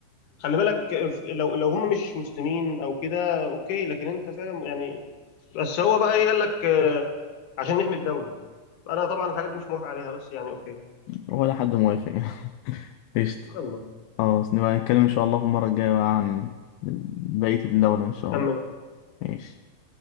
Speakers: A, on the left; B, on the left.
A: خلي بالك آه، ف- لو لو هم مش مسلمين او كده اوكي لكن انت فعلا يعني بس هو بقى ايه قال لك آه، عشان نحمي الدوله انا طبعا الحاجات دي مش موافق عليها بس يعني اوكي
B: ولا حد موافق يعني. <laughs> قشطة
A: يلا
B: خلاص نبقى نتكلم ان شاء الله في المرة الجاية بقى عن بقية الدولة ان شاء
A: نكمل
B: الله ماشي